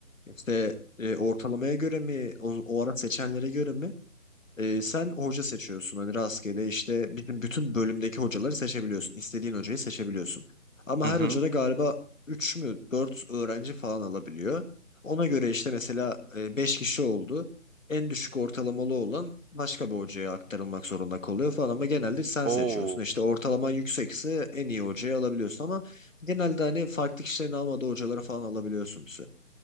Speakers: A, on the left; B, on the right.
A: İşte e, ortalamaya göre mi o, o ara seçenlere göre mi Ee, sen hoca seçiyorsun hani rastgele işte bizim bütün bölümdeki hocaları seçebiliyorsun. İstediğin hocayı seçebiliyorsun. Ama
B: Hı
A: her
B: hı.
A: hoca da galiba 3 mü 4 öğrenci falan alabiliyor. Ona göre işte mesela 5 kişi oldu. En düşük ortalamalı olan başka bir hocaya aktarılmak zorunda kalıyor falan ama genelde sen
B: Oo.
A: seçiyorsun. İşte ortalaman yüksekse en iyi hocayı alabiliyorsun ama genelde hani farklı kişilerin almadığı hocaları falan alabiliyorsunuz.